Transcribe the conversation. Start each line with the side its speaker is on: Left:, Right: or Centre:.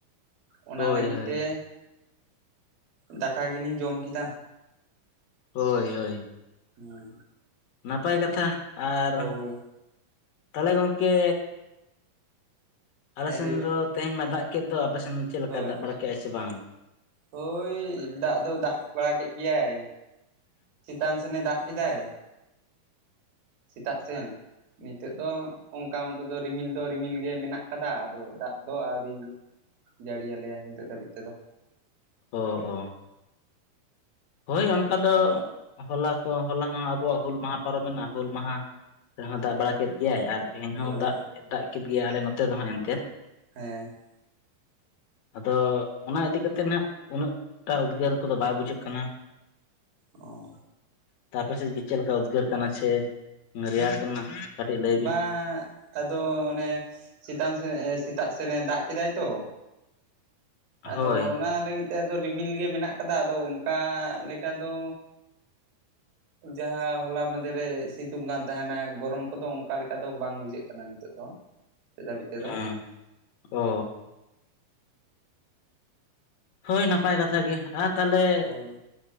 Right: ᱚᱱᱟ
Left: ᱦᱳᱭ
Right: ᱞᱟᱹᱜᱤᱫ
Left: ᱦᱳᱭ
Right: ᱛᱮ ᱫᱟᱠᱟ ᱜᱮᱞᱤᱧ ᱡᱚᱢ ᱠᱮᱫᱟ᱾
Left: ᱦᱳᱭ ᱦᱳᱭ᱾
Right: ᱦᱩᱸ
Left: ᱱᱟᱯᱟᱭ ᱠᱟᱛᱷᱟ ᱟᱨ
Right: ᱦᱳᱭ
Left: ᱛᱟᱦᱚᱞᱮ, ᱜᱚᱝᱠᱮ ᱟᱞᱮ
Right: ᱦᱮᱸ
Left: ᱥᱮᱱ
Right: ᱞᱟᱹᱭ ᱵᱤᱱ
Left: ᱫᱚ ᱛᱮᱦᱮᱧ ᱢᱟ ᱫᱟᱜ ᱠᱮᱫ ᱫᱚ ᱟᱞᱮ ᱥᱮᱫ ᱫᱚ ᱪᱮᱫ ᱞᱮᱠᱟᱭ
Right: ᱦᱳᱭ
Left: ᱫᱟᱜ ᱵᱟᱲᱟ ᱠᱮᱫᱟᱭ ᱥᱮ ᱵᱟᱝ?
Right: ᱦᱳᱭ ᱫᱟᱜ ᱫᱚ ᱫᱟᱜ ᱵᱟᱲᱟ ᱠᱮᱫ ᱜᱮᱭᱟᱭ, ᱪᱮᱛᱟᱱ ᱥᱮᱱᱮ ᱫᱟᱜ ᱠᱮᱫᱟᱭ ᱥᱮᱛᱟᱜ ᱥᱮᱱ᱾ ᱱᱤᱛᱳᱜ ᱫᱚ ᱚᱱᱠᱟ ᱢᱚᱛᱚ ᱫᱚ ᱨᱤᱢᱤᱞ ᱫᱚ ᱨᱤᱢᱤᱞ ᱜᱮ ᱢᱮᱱᱟᱜ ᱟᱠᱟᱫᱟ ᱟᱫᱚ ᱫᱟᱜ ᱫᱚ ᱟᱹᱣᱨᱤ᱾ ᱡᱟᱹᱲᱤᱭ ᱟᱞᱮᱭᱟ ᱱᱤᱛᱚᱜ ᱫᱷᱟᱹᱵᱤᱡ ᱛᱮᱫᱚ᱾
Left: ᱚ ᱚ ᱦᱳᱭ ᱚᱱᱠᱟ ᱫᱚ ᱦᱚᱞᱟ ᱠᱚ ᱦᱚᱞᱟ ᱦᱚᱸ ᱟᱵᱚᱣᱟᱜ ᱦᱩᱞ ᱢᱟᱦᱟ ᱯᱟᱨᱚᱵᱽ ᱢᱮᱱᱟᱜᱼᱟ ᱦᱩᱞ ᱢᱟᱦᱟᱼᱼ ᱦᱚᱸ ᱫᱟᱜ ᱵᱟᱲᱟ ᱠᱮᱫ ᱜᱮᱭᱟᱭ ᱟᱨ ᱛᱮᱦᱮᱧ
Right: ᱦᱳᱭ
Left: ᱦᱚᱸ ᱫᱟᱜ ᱫᱟᱜ ᱠᱮᱫ ᱜᱮᱭᱟᱭ ᱟᱞᱮ ᱱᱚᱛᱮ ᱫᱚᱦ ᱮᱱᱛᱮᱜ᱾
Right: ᱦᱮᱸ
Left: <inaudible> ᱟᱫᱚ ᱚᱱᱟ ᱤᱫᱤ ᱠᱟᱛᱮᱫ ᱱᱟᱜ ᱩᱱᱟᱹᱜᱴᱟ ᱩᱫᱽᱜᱟᱹᱨ ᱠᱚᱫᱚ ᱵᱟᱭ ᱵᱩᱡᱷᱟᱹᱜ ᱠᱟᱱᱟ᱾
Right: ᱚ᱾
Left: ᱛᱟᱨ ᱟᱯᱮᱥᱮᱫ ᱪᱮᱫ ᱞᱮᱠᱟ ᱩᱫᱽᱜᱟᱹᱨ ᱠᱟᱱᱟ ᱥᱮ ᱨᱮᱭᱟᱲ ᱠᱟᱱᱟ? ᱠᱟᱹᱴᱤᱡ ᱞᱟᱹᱭ ᱵᱤᱱ
Right: ᱵᱟᱝ ᱟᱫᱚ ᱚᱱᱮ ᱪᱮᱛᱟᱱ ᱥᱮᱱ ᱥᱮᱛᱟᱜ ᱥᱮᱱᱮ ᱫᱟᱜ ᱠᱮᱫᱟᱭ ᱛᱚ, ᱟᱫᱚ
Left: ᱦᱳᱭ
Right: ᱚᱱᱟ ᱞᱟᱹᱜᱤᱫ ᱛᱮ ᱟᱫᱚ ᱨᱤᱢᱤᱞ ᱜᱮ ᱢᱮᱱᱟᱜ ᱠᱟᱫᱟ ᱟᱫᱚ ᱚᱱᱠᱟ ᱞᱮᱠᱟ ᱫᱚ ᱡᱟᱦᱟᱸ ᱦᱚᱞᱟ ᱢᱟᱫᱷᱮᱨᱮ ᱥᱤᱛᱩᱝ ᱠᱟᱱ ᱛᱟᱦᱮᱱᱟ ᱜᱚᱨᱚᱢᱼᱼ ᱠᱚᱫᱚ ᱚᱱᱠᱟ ᱞᱮᱠᱟ ᱫᱚ ᱵᱟᱝ ᱵᱩᱡᱷᱟᱹᱜ ᱠᱟᱱᱟ ᱱᱤᱛᱚᱜ ᱫᱚ ᱱᱤᱛ ᱫᱷᱟᱹᱵᱤᱡ ᱛᱮᱫᱚ᱾
Left: ᱦᱮᱸ ᱚ ᱦᱳᱭ ᱱᱟᱯᱟᱭ ᱠᱟᱛᱷᱟ ᱜᱮ ᱟᱨ ᱛᱟᱦᱞᱮ?
Right: ᱦᱳᱭ